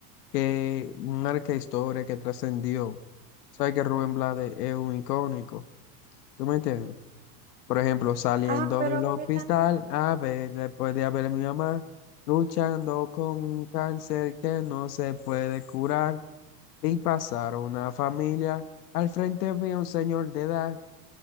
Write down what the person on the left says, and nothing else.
que marca historia, que trascendió. ¿Sabes que Rubén Blades es un icónico? ¿Tú me entiendes? Por ejemplo, saliendo
del hospital,
a ver, después de haber mi mamá, luchando con un cáncer que no se puede curar, y pasar una familia. Al frente vi a un señor de edad